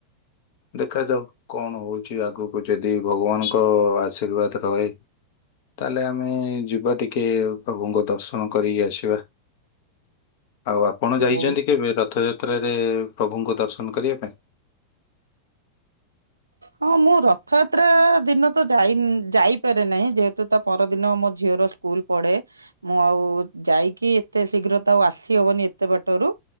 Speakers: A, on the left; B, on the right.
A: ଦେଖାଯାଉ କଣ ହୋଉଚି ଆଗକୁ ଯଦି ଭଗବାନଙ୍କ ଆଶୀର୍ବାଦ ରହେ ତାହେଲେ ଆମେ ଯିବା ଟିକେ ପ୍ରଭୁଙ୍କ ଦର୍ଶ ନ କରିକି ଆସିବା ଆଉ ଆପଣ ଯାଇଛନ୍ତି
B: ବହୁତ
A: କେବେ ରଥଯାତ୍ରାରେ? ପ୍ରଭୁଙ୍କ ଦର୍ଶନ କରିବା ପାଇଁ।
B: ହଁ ମୁଁ ରଥଯାତ୍ରା ଦିନ ତ ଯାଇ ଯାଇପାରେ ନାହିଁ ଯେହେତୁ ତା ପରଦିନ ମୋ ଝିଅ ର ସ୍କୁଲ ପଡ଼େ ମୁଁ ଆଉ ଯାଇକି ଏତେ ଶୀଘ୍ର ତ ଆଉ ଆସି ହବନି ଏତେ ବାଟରୁ